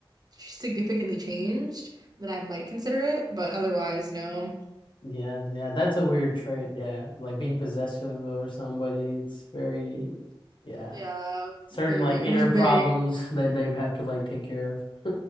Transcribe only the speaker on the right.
significantly changed, then I might consider it. But otherwise, no.
Yeah,
very,
very.
It was very,